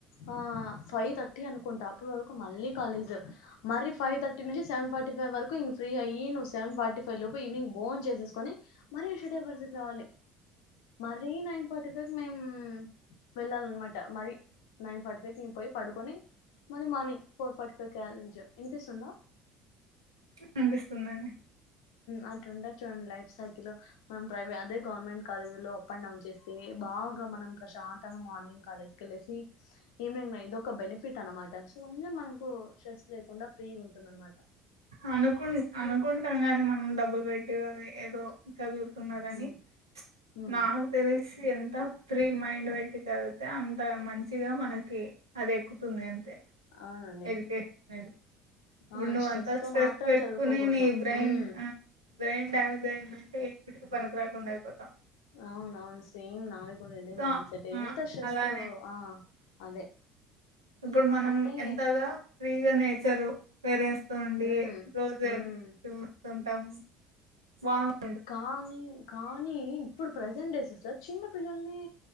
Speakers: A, on the left; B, on the right.
A: ఆ ఫైవ్ థర్టీ అనుకుంటా అప్పటి వరకు మళ్ళీ కాలేజ్ మరీ ఫైవ్ థర్టీ నుంచి సెవెన్ ఫార్టీ ఫైవ్ వరకు ఇ ఫ్రీ అయ్యి సెవెన్ ఫార్టీ ఫైవ్ లోపు ఈవవినింగ్ బోన్ చేసేసుకొని మరీ షడేవర్స్ రావాలి మరీ నైన్ ఫార్టీ ఫైఫ్ మేమ్ వెళ్ళాలన్నమాట మరి నైన్ ఫార్టీ ఫైవ్ మేమ్ పోయి పడుకొని మళ్ళీ మార్నింగ్ ఫోర్ ఫార్టీ ఫైవ్కి లంచ్ వినిపిస్తుందా
B: వినిపిస్తుందండి
A: అట్లు ఉంటది చూడండి లైఫ్ సైకిల్ మనం ప్రైవే అదే గవర్నమెంట్ కాలేజీ లో అప్ అండ్ డౌన్ చేస్తే బాగా మనం ప్రశాంతంగా మార్నింగ్ కాలేజ్ కెళ్ళేసి ఇవ్ నిగ్ నై ఇదోక బెనిఫిట్ అనమాట మనకు స్ట్రెస్ లేకుండా ఫ్రీ గుంటుందనమాట
B: అనుకు అనుకుంటాం గాని మనం డబ్బులు పెట్టి ఏదో చదువు తున్న లని
A: మ్, మ్,
B: నాకు తెలిసి ఎం త ఫ్రీ మైండ్ వెట్టి చదివితే అంత మంచిగా మనకి అది ఎక్కుతుంది తె
A: అవునండి
B: ఎదిపె మీది ఇప్పుడు
A: ఆ
B: నువ్వ అన్
A: తో
B: స్ట్రెస్
A: మాత్రం
B: పెట్టుకుని
A: చదువుకోకూడదు
B: నీ బ్రెయిన్
A: ఉమ్
B: అ బ్రెయిన్ డ్యామేజ్ అయ్యందంటే పనికి రాకుండ అయిపోతం
A: అవునవును సేమ్ నాది కూడా ఇదే
B: సో
A: మైండ్ సెట్ ఎంత స్ట్రెస్
B: అలానే
A: తో ఆ అదే
B: ఇప్పుడు మనం
A: అంటే
B: ఎంత గ ఫ్రీగా నేర్చారు పేరెంట్స్ స్తుండి
A: ఉమ్
B: రోజు
A: ఉమ్
B: చూస్తుంటాము వాంగ్
A: కానీ కానీ ఇప్పుడు ప్రెజెంట్ డేసెస్ లో చిన్న పిల్లల్నే